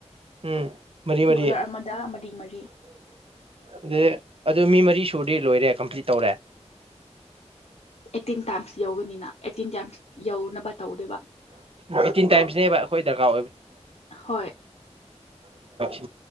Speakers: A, on the right; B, on the left.
A: ꯎꯝ ꯃꯔꯤ ꯃꯔꯤꯌꯦ
B: ꯀꯣꯂꯔ ꯑꯃꯗ ꯃꯔꯤ ꯃꯔꯤ
A: ꯑꯗꯨ ꯑꯗꯨ ꯃꯤ ꯃꯔꯤ ꯁꯨꯗꯦ ꯂꯣꯏꯔꯦ ꯀꯝꯄ꯭ꯂꯤꯠ ꯇꯧꯔꯦ
B: ꯑꯩꯠꯇꯤꯟ ꯇꯥꯏꯝꯁ ꯌꯧꯒꯅꯤꯅ ꯑꯩꯠꯇꯤꯟ ꯇꯥꯏꯝꯁ ꯌꯧꯅꯕ ꯇꯧꯗꯦꯕ
A: ꯑꯩꯠꯇꯤꯟ ꯇꯥꯏꯝꯁꯅꯦꯕ ꯑꯩꯈꯣꯏ ꯗꯔꯀꯥꯔ
B: ꯍꯣꯏ
A: ꯅꯨꯃꯤ